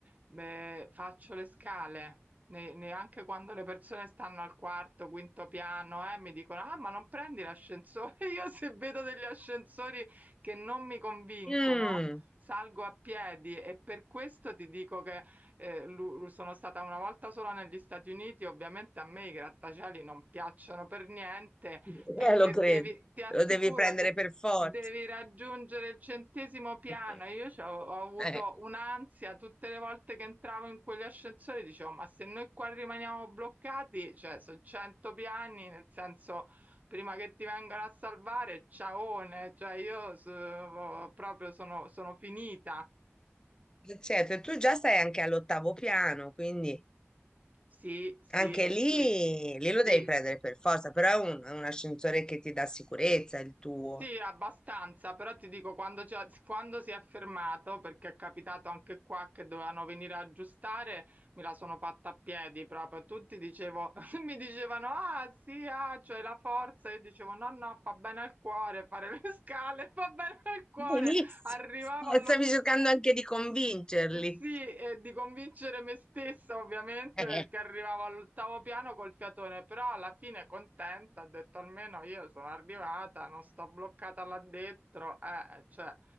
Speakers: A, on the right (about 35°); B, on the left (about 15°).
A: beh, faccio le scale. Ne- neanche quando le persone stanno al quarto, quinto piano, eh, mi dicono: Ah, ma non prendi l'ascensore? <laughs> Io se vedo degli ascensori che non mi convincono,
B: Mm.
A: salgo a piedi e per questo ti dico che eh, lu- sono stata una volta sola negli Stati Uniti. Ovviamente a me i grattacieli non piacciono per niente
B: Eh,
A: perché
B: lo credo,
A: devi, ti assicuro,
B: lo devi prendere
A: de-
B: per forza.
A: devi raggiungere il centesimo piano.
B: <laughs>
A: Io c'ho- ho, avuto
B: Eh.
A: un'ansia tutte le volte che entravo in quegli ascensori, dicevo, ma se noi qua rimaniamo bloccati, cioè sono 100 piani, nel senso, prima che ti vengano a salvare, ciaone, cioè io so- proprio sono, sono finita.
B: Certo, e tu già stai anche all'ottavo piano, quindi
A: Sì, sì,
B: anche
A: sì,
B: lì, lì
A: sì.
B: lo devi prendere per forza, però è un, è un ascensore che ti dà sicurezza, il tuo.
A: Sì, abbastanza, però ti dico, quando, c'è- quando si è fermato, perché è capitato anche qua che dovevano venire a aggiustare, me la sono fatta a piedi proprio. Tutti dicevo, <laughs> mi dicevano, ah sì, ah, c'hai la forza. Io dicevo, no, no, fa bene al cuore fare le <laughs> scale, fa bene al cuore.
B: Benissimo,
A: Arrivavo all'ottavo
B: stavi cercando anche di convincerli.
A: sì, e di convincere me stessa ovviamente
B: <laughs>
A: perché
B: Eh.
A: arrivavo all'ottavo piano col fiatone, però alla fine contenta, ho detto almeno io sono arrivata, non sto bloccata là dentro, eh, eh, cioè